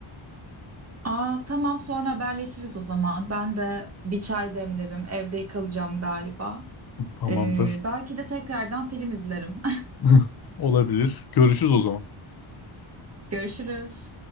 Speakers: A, on the right; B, on the left.
A: Aa tamam sonra haberleşiriz o zaman. Ben de bir çay demlerim. Evde kalacağım galiba.
B: Tamamdır.
A: Ee, belki de tekrardan film izlerim.
B: <laughs> Olabilir. Görüşürüz o zaman.
A: <laughs> Görüşürüz.